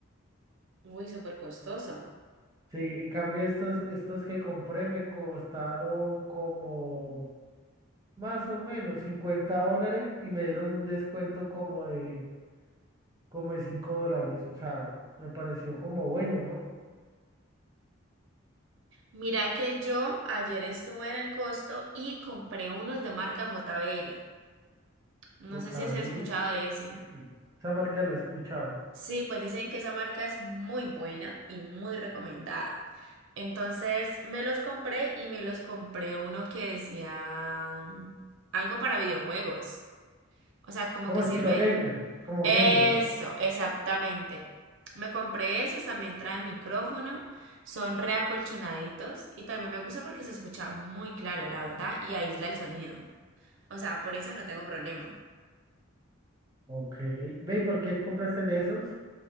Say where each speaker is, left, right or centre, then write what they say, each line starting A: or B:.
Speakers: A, on the right; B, on the right.
A: Uy, súper costoso.
B: Sí, en cambio estos, estos que compré me costaron como más o menos 50 dólares y me dieron un descuento como de... como de 5 dólares. O sea, me pareció como bueno, ¿no?
A: Mira que yo ayer estuve en El Costo y compré unos de marca JBL. No
B: JBL.
A: sé si has escuchado de ese.
B: Sí, esa marca la he escuchado.
A: Sí, pues dicen que esa marca es muy buena y muy recomendada. Entonces me los compré y me los compré uno que decía mm, algo para videojuegos. O sea, como
B: Como
A: que sirve.
B: estilo gamer, como
A: Eso,
B: gamer.
A: exactamente. Me compré esos, también traen micrófono, son reacolchonaditos y también me gusta porque se escucha muy claro, la verdad, y aísla el sonido. O sea, por eso no tengo problema.
B: Ok. Ve, ¿y por qué compraste de esos?